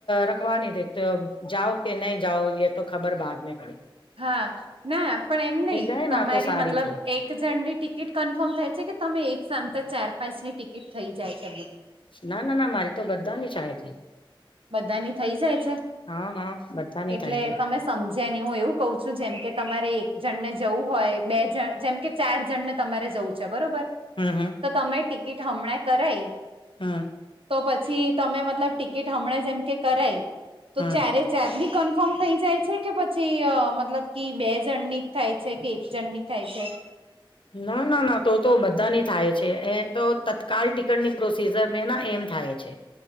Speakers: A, on the left (about 65°); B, on the right (about 80°).
A: રખવાની રે તો જાવ કે નહી જાઓ એ તો ખબર બહાર પડી
B: હા ના પણ એમ નહ
A: જાય
B: તમારી
A: ને તો સારી
B: મતલબ
A: છે
B: એક જણની ટિકિટ કન્ફર્મ થાય છે કે તમે એક સામતા ચાર પાંચની ટિકિટ થઈ જાય છે બધી
A: ના ના ના મારી તો બધાની થાય છે.
B: બધાની થઈ જાય છે
A: હા હા બધાની
B: એટલે
A: થાય છે
B: તમે શું સમજે ને હું એવું કઉ છું જેમ કે તમારે એક જણ ને જવું હોય જેમ બે જણ જેમ કે ચાર જણને તમારે જવું છે બરોબર
A: હમ હમ.
B: તો તમે ટિકિટ હમણાં કરાઈ.
A: હમ.
B: તો પછી તમે મતલબ ટિકિટ હમણાં જેમ કે કરાઈ તો
A: હમ
B: ચારેય જ ચાર ની કન્ફર્મ થઈ જાય છે કે પછી મતલબ કે બે જણની જ થાય છે કે એક જણની થાય છે?
A: ના ના ના તો તો બધાની થાય છે એ તો તત્કાલ ટીકટની પ્રોસીઝર મેં ના એમ થાય છે.